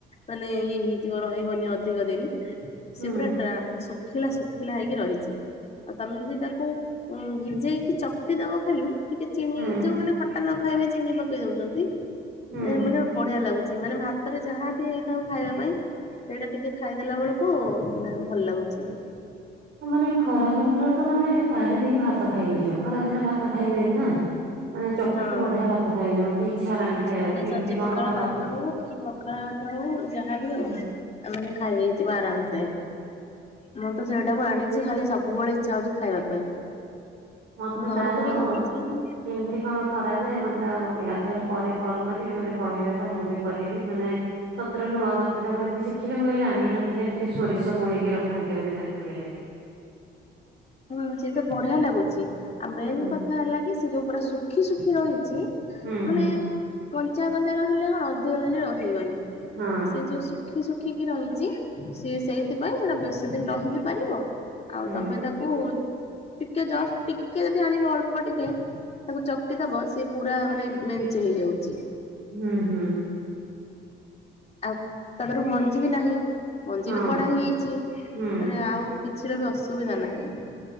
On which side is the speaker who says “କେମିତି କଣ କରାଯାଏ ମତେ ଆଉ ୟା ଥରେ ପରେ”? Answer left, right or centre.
Right